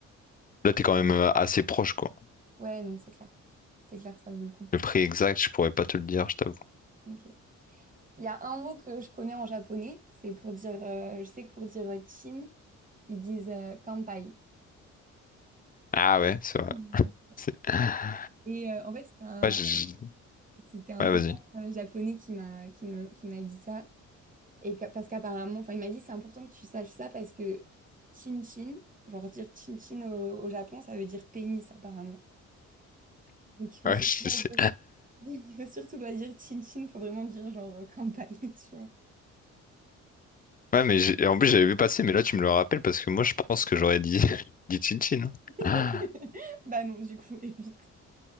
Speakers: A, on the left; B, on the right.
A: Là, t'es quand même euh, assez proche, quoi.
B: Ouais, non, c'est clair. C'est clair, ça vaut le coup.
A: Le prix exact, je pourrais pas te le dire, je t'avoue.
B: Ok. Il y a un mot que je connais en japonais, c'est pour dire, euh, je sais que pour dire euh, Chine, ils disent euh, Kanpai.
A: Ah ouais, c'est
B: <laughs>
A: vrai.
B: Oui.
A: C'est- <laughs>
B: Et euh, en fait, c'était un,
A: Ouais, je- je-
B: c'était un
A: ouais,
B: copain
A: vas-y.
B: euh, japonais qui m'a qui me, qui m'a dit ça. Et qu'a- parce qu'apparemment, enfin, il m'a dit, c'est important que tu saches ça parce que chin-chin, genre dire chin-chin au, au Japon, ça veut dire pénis apparemment. Donc il faut
A: Ouais,
B: surtout
A: je
B: pas
A: sais.
B: dire, <laughs> il faut surtout pas dire chin-chin, faut vraiment dire genre euh, kanpai, tu vois.
A: Ouais, mais j'ai- en plus, j'avais vu passer, mais là, tu me le rappelles parce que moi, je pense que j'aurais dit, <laughs> dit Chin Chin. Ah,
B: <laughs> Bah non, du coup, <laughs> évite.